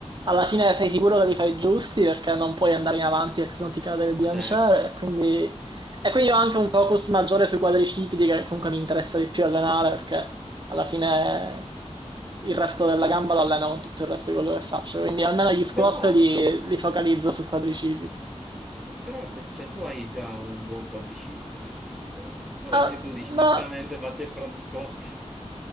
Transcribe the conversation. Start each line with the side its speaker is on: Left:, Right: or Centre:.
Right: alla fine sei sicuro che li fai giusti perché non puoi andare in avanti perché sennò ti cade il bilanciere
Centre: certo.
Right: e quindi, e quindi ho anche un focus maggiore sui quadricipiti che comunque mi interessa di più allenare perché alla fine il resto della gamba lo alleno con tutto il resto di quello che faccio, quindi almeno gli squat
Centre: Però,
Right: li, li focalizzo sul quadricipite.
Centre: però effe- cioè, tu hai già un buon quadricipite, quindi dico... Vabbè,
Right: Ah,
Centre: <laughs> e tu dici, giustamente
Right: ma
Centre: faccio il front squat.